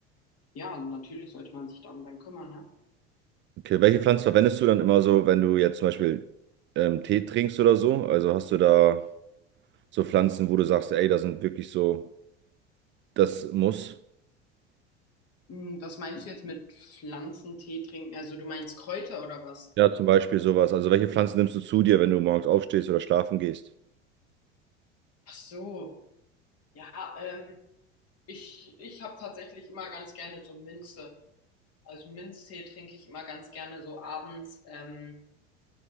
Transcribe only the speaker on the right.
Okay, welche Pflanzen verwendest du dann immer so, wenn du jetzt zum Beispiel ähm, Tee trinkst oder so? Also hast du da so Pflanzen, wo du sagst, ey, das sind wirklich so, das muss.
Ja, zum Beispiel sowas. Also welche Pflanzen nimmst du zu dir, wenn du morgens aufstehst oder schlafen gehst?